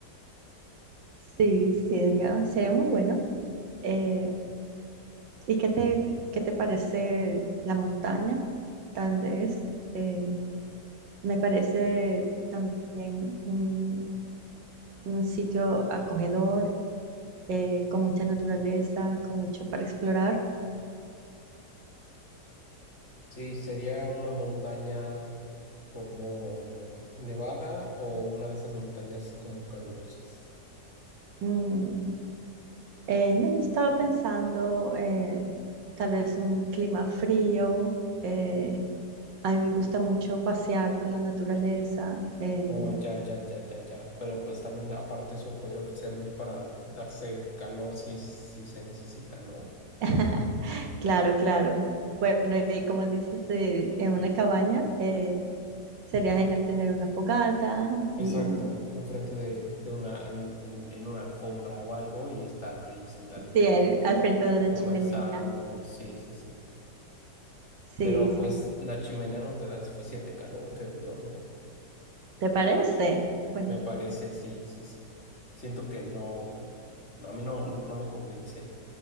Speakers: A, on the right; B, on the left.
A: Sí, sería, sería muy bueno. Eh, ¿y qué te, qué te parece la montaña? Tal vez. eh, me parece también un, un sitio acogedor, eh, con mucha naturaleza, con mucho para explorar.
B: Sí, sería una montaña como Nevada o una de esas montañas como calurosas.
A: Mm, eh, no, yo estaba pensando eh, tal vez un clima frío. eh, a mí me gusta mucho pasear por la naturaleza. eh,
B: Oh, ya, ya, ya, ya, ya. Pero pues también aparte eso podría servir para darse calor si es, si se necesita, ¿no?
A: <laughs> claro, claro. Bueno, y como dices, eh, en una cabaña eh, sería genial tener una fogata
B: Exacto,
A: y
B: enfrente de, de una, en, en, en una alfombra o algo y estar ahí sentadito
A: sí, al al frente de una
B: conversando,
A: chimenea.
B: sí, sí, sí.
A: Sí,
B: Pero
A: sí.
B: pues la chimenea no te da el suficiente calor, creo yo, ¿no?
A: ¿Te parece? Bueno,
B: Me parece, sí, sí, sí. Siento que no, no, a mí no, no, no me convence.